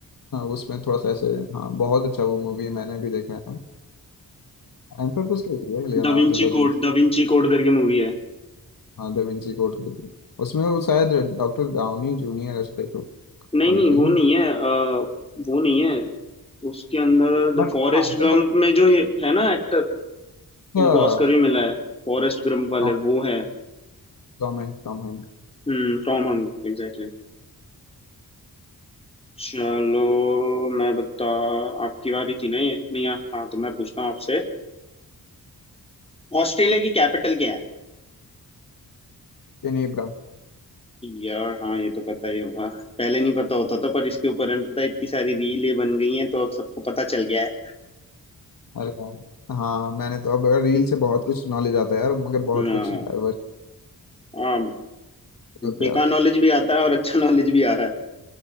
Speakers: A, on the left; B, on the left.
A: उसमें थोड़ा सा ऐसे हाँ बहुत अच्छा वो मूवी है, मैंने भी देखा है आंसर तो सही है लियोनार्डो
B: Da Vinci
A: दा
B: code
A: विंसी
B: da Vinci code करके मूवी है
A: हाँ दा विंची कोड उसमें वो शायद डॉक्टर डाउनी जूनियर ऐसे करके नाम
B: नहीं नहीं
A: किए
B: वो
A: ना
B: नहीं है अ, वो नहीं है उसके अंदर
A: Bueno,
B: द फॉरेस्ट
A: vamos
B: गंप में जो ये है ना एक्टर
A: a-
B: उनको ऑस्कर भी मिला है फॉरेस्ट गंप वाले
A: Tom
B: वो है
A: Tom Hank टॉम हैंक
B: हम्म टॉम हंक एग्जैक्टली चलो मैं बता आपकी बारी थी ना ये नहीं हाँ हाँ, तो मैं पूछता हूँ आपसे ऑस्ट्रेलिया की कैपिटल क्या है
A: Ken Ibrahim
B: यार हाँ ये तो पता ही होगा पहले नहीं पता होता था पर इसके ऊपर है ना, पता है, इतनी सारी रीलें बन गई हैं तो अब सबको पता चल गया है
A: अरे यार हाँ मैंने तो अब रील से बहुत कुछ नॉलेज आता है यार मगर
B: न,
A: बहुत कुछ डाइवर्स
B: आ,
A: होता
B: बेकार
A: है यार
B: नॉलेज भी आता है और अच्छा नॉलेज भी आ रहा है